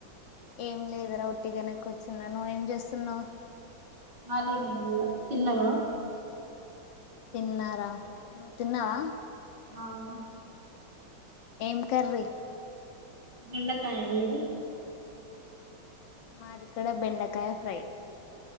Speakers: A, on the left; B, on the right.
A: ఏం లేదురా ఒట్టిగనే కూచ్చున్నా నువు ఏం చేస్తున్నావు
B: మాది నెల్లూరే తిన్నావా
A: తిన్నారా నువ్వు తిన్నావా
B: అవు
A: ఏం కర్రీ
B: దోండకాయా మీది
A: మాదిక్కడ బెండకాయ ఫ్రై